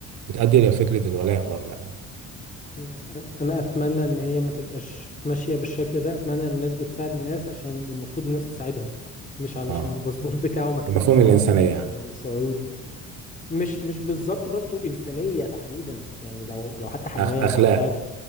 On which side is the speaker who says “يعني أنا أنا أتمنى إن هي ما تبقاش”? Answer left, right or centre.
Left